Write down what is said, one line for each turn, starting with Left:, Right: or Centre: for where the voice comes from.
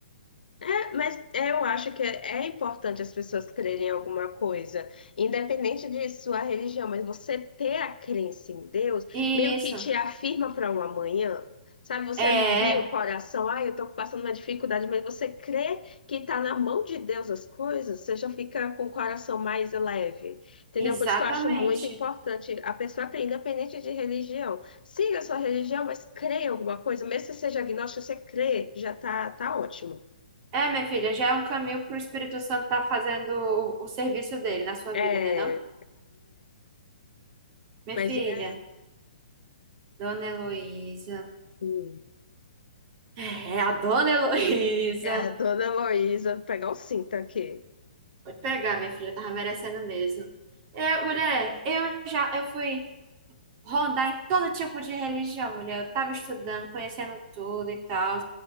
Left: É, mas eu acho que é é importante as pessoas crerem em alguma coisa, independente de sua religião, mas você ter a crença em Deus
Right: Isso,
Left: meio que te afirma para um amanhã. Sabe, você
Right: é,
Left: alivia o coração, ah, eu estou passando uma dificuldade, mas você crê que está na mão de Deus as coisas, você já fica com o coração mais leve, entendeu?
Right: exatamente.
Left: Por isso que eu acho muito importante a pessoa crer, independente de religião. Siga a sua religião, mas crê em alguma coisa, mesmo que você seja agnóstico, você crê, já tá, tá ótimo.
Right: É, minha filha, já é um caminho para o Espírito Santo estar fazendo o, o serviço dele na sua
Left: É,
Right: vida, né, não?
Left: é,
Right: Minha
Left: mas
Right: filha,
Left: é
Right: Dona Heloísa.
Left: assim.
Right: É, a dona Heloísa.
Left: É, Dona Heloísa, vou pegar o cinto aqui.
Right: Pode pegar, minha filha, tava merecendo mesmo. É, mulher, eu já eu fui rondar em todo tipo de religião, mulher. Eu tava estudando, conhecendo tudo e tal.